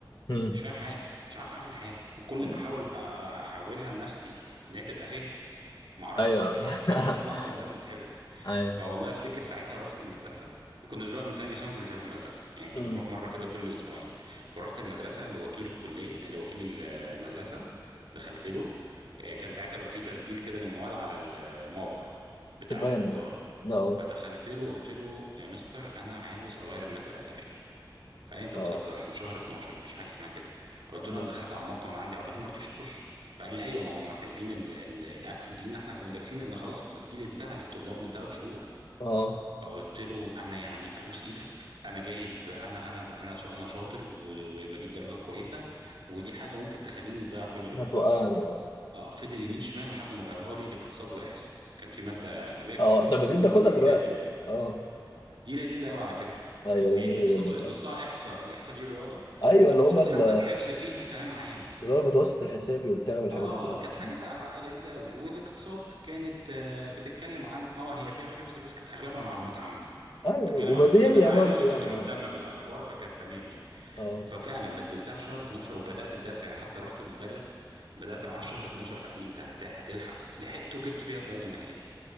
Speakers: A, on the left (about 60°); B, on the right (about 75°).
A: امم
B: مش فاهم حاجه مش عارف اعمل حاجه وكل
A: أمم.
B: ما احاول أ- أ- احولها لنفسي ان هي تبقى فهم معرفش
A: ايوه
B: هي
A: <laughs>
B: هي اسطمبة لازم تحفظ
A: ايوه
B: فوالله افتكر ساعتها رحت المدرسة ما كناش بقى من تانية عشان ما كناش بنروح المدرسة يعني كنا
A: امم
B: بنروح مرة كده كل أسبوعين فرحت المدرسة لوكيل الكلية لوكيل ال- المدرسة دخلت له آه، كان ساعتها بقى في تسجيل كده للمواد على الموقع بتاع
A: تبان
B: الوزارة
A: اه
B: فدخلت له قلت له يا مستر أنا عاوز أغير المادة الأدبية فقال لي انت
A: اه
B: بتهزر احنا في شهر 12 مفيش حاجه اسمها كده قلت
A: اه
B: له انا دخلت على الموقع من عندي على البيت ما رضيش يخش فقال لي ايوه ما هم سايبين ال- ال- الاكسس لينا احنا كمدرسين لان خلاص التسجيل انتهى للطلاب من ثلاث شهور
A: اه
B: فقلت له انا يعني ابوس ايدك انا جايب انا انا انا شا- انا شاطر و- وبجيب درجات كويسه ودي حاجه ممكن تخليني اضيع كل اللي بعمله
A: هتوقعني اه
B: اه فضل يمين شمال لحد ما غيرها لي لاقتصاد واحصاء كان في ماده ادبيه اقتصاد
A: اه
B: واحصاء
A: طب ما دي بناخدها
B: كانت
A: دلوقتي
B: لذيذه
A: اه
B: دي لذيذة قوي على فكرة
A: ايوه
B: لأن
A: لذيذه
B: اقتصاد
A: جدا
B: نصها
A: فعلا
B: إحصاء الإحصاء دي رياضة
A: ايوه
B: والاقتصاد
A: اللي هم ال-
B: حتى الحفظ فيها كلام عام
A: اللي هو المتوسط الحسابي وبتاع والحاجات
B: اه
A: دي كلها
B: كانت حاجة
A: أمم.
B: ع- لذيذة قوي والاقتصاد كانت آه، بتتكلم عن اه هي فيها حفظ بس كانت أغلبها معلومات عامة
A: ايوه
B: بتتكلم
A: وبديهية
B: عن الاقتصاد العالمي
A: برضه
B: وانا كنت
A: يعني
B: مهتم
A: اه
B: بالاخبار فكانت تمام يعني
A: اه
B: ففعلا بدلتها في شهر 12 وبدات الدرس يعني حتى رحت للمدرس بدات معاه في شهر 12 فقال لي انت هت- هتلحق لحقت وجبت فيها الدرجه النهائيه